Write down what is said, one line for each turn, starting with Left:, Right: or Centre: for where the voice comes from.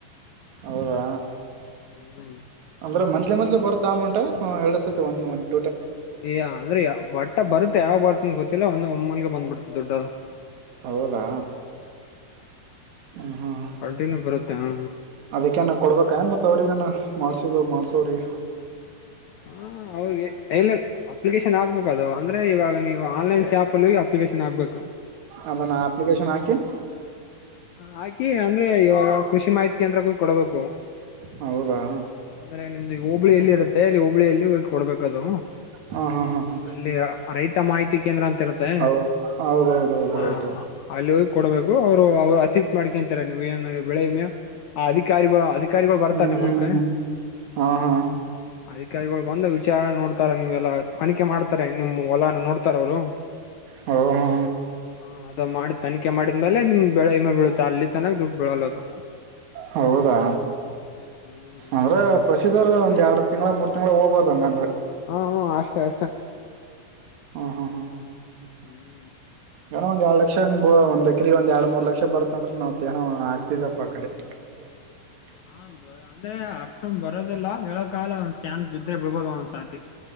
Right: ಹೌದಾ
Left: ಹ್ಮ್
Right: ಅಂದ್ರೆ ಮ ಮದೇ ಮದಲ ಬರ್ತ ಅಮೌಂಟ್ ಎರಡು ಸರ್ತಿ ಒಂದು ಒ
Left: ಯ ಅಂದ್ರೆ ವಟ್ಟ ಬರುತ್ತೆ ಯಾವ ಬಟ್ಟನ ಗೊತ್ತಿಲ್ಲ ಒಂದ ಒಮ್ಮಲ್ಗ ಬಂದ್ಬಿಡ್ತೆ ದುಡ್ಡ
Right: ಹೌದಾ ಹ್ಮ್ ಹ್ಮ್ ಹ್ಮ
Left: ಕಂಟಿನ್ಯೂ ಬರುತ್ತೆ ಹ
Right: ಅದಕ್ಕನ ಕೊಡ್ಬೇಕನ್ ಮತ್ತ ಅವ್ರಗಾನ ಮಾಡ್ಸಿದವ ಮಾಡ್ಸವ್ರಿ
Left: ಹಾ ಅವ್ರಿಗೆ ಅಪ್ಲಿಕೇಶನ್ ಆಗ್ಬೇಕ ಅದು ಅಂದ್ರೆ ಇವಾಗ ನೀವು ಆನ್ಲೈನ್ ಶಾಪ್ ಅಪ್ಲಿಕೇಶನ್ ಆಗ್ಬೇಕು
Right: ಅದನ್ನು ಆಪ್ಲಿಕೇಶನ್ ಆಾಕಿ
Left: ಹಾಕಿ ಅಂದ್ರೆ ಇವಾಗ ಕೃಷಿ ಮಾಹಿತಿ ಕೇಂದ್ರಕ್ಕೂ ಕೊಡಬೇಕು
Right: ಹೌದಾ
Left: ಅಂದ್ರೆ ನಿಮ್ದು ಈ ಹೋಬ್ಳಿಯಲ್ಲಿ ಇರುತ್ತೆ ಅಲ್ಲಿ ಹೋಬಳಿಯಲ್ಲಿ ಹೋಗಿ ಕೊಡ್ಬೇಕದು
Right: ಹಾ ಹಾ ಹಾ ಹಾ
Left: ಅಲ್ಲಿ ರೈತ ಮಾಹಿತಿ ಕೇಂದ್ರ ಅಂತ ಇರುತ್ತೆ
Right: ಹೌದ ಹೌದೌದೌದು
Left: ಹಾ
Right: ರೈಟ್
Left: ಅಲ್ಲಿ ಹೋಗಿ ಕೊಡ್ಬೇಕು ಅವ್ರು ಅವ್ರು ಶಿಫ್ಟ್ ಮಾಡ್ಕೊಂತಾರೆ ನೀವ್ ಏನು ಬೆಳೆಮ ಆ ಅಧಿಕಾರಿಗಳು ಅಧಿಕಾರಿಗಳು ಬರ್ತಾರ್
Right: ಹ್ಮ್
Left: ನಿಮ್ಮೊಲ್ಕ
Right: ಹಾ ಹಾ
Left: ಅಧಿಕಾರಿಗಳು ಬಂದ ವಿಚಾರಣೆ ನೋಡ್ತಾರ ನಿಮ್ಮ್ ಎಲ್ಲ ತನಿಖೆ ಮಾಡ್ತಾರೆ ನಿಮಮ್ಮ್ ಹೊಲನ ನೋಡ್ತಾರ ಅವ ಹ
Right: ಹಓ ಹಾ
Left: ಹ ಅದ ಮಾಡಿ ತಿಖೆ ಮಾಡಿದ್ಮೇಲೆ ನಿಮ್ ಬೆಳೆ ಇಮೆ ಬೀಳುತ್ತೆ ಅಲ್ಲಿ ತನಕ ದುಡ್ಡು ಬಿೀಳಲ್ಲ ಅದು
Right: ಹೌದಾ
Left: ಹ್ಮ್
Right: ಅಂದ್ರ ಪ್ರಸೀಧರ್ದ ಒಂದ್ ಎರಡ್ ತಿಂಗಳ ಮೂರ್ ತಿಂಗ್ಳ ಹೋಗ್ಬೋದು ಹಂಗಂದ್ರೆ
Left: ಹಾ ಹ್ಮ ಅಷ್ಟೇ ಅಷ್ಟೇ
Right: ಹಾ ಹಾ ಹಾ
Left: ಹ್ಮ್
Right: ಏನೋ ಒಂದ್ ಎರಡ್ ಲಕ್ಷ ಹಂಗ ಬ ಒಂದ್ಕ್ರಿಗೆ ಒಂದ್ ಎರಡ್ ಮೂರ್ ಲಕ್ಷ ಬರ್ತ್ತಂದ್ರ ನಾವ್ ತೇಏನೋ ಆಗ್ತಿದಪ್ಪ ಆ ಕಡೆ ಹ
Left: ಹಾ ಬರ ಅಂದ್ರೆ ಅಷ್ಟೊ ಬರ ಬರೋದಿಲ್ಲ ಹೇಳ ಕಾಲ ಒಂದ್ ಶ್ಯಾನ್ ಬಿದ್ರೆ ಬಿಡ್ಬೋದು ಒಂದ್ಸತಿ